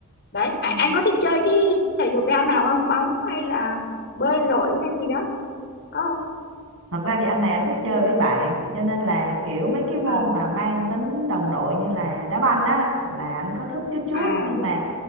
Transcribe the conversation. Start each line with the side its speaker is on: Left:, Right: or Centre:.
Left: đấy
Right: ừ,
Left: anh, anh có thích chơi cái thể dục thể thao nào không bóng hay là bơi lội hay gì đó có không
Right: thật ra thì anh này anh thích chơi với bạn cho nên là kiểu mấy cái môn
Left: à
Right: mà mang tính đồng đội như là đá banh á là anh có thích chút chút
Left: à
Right: nhưng mà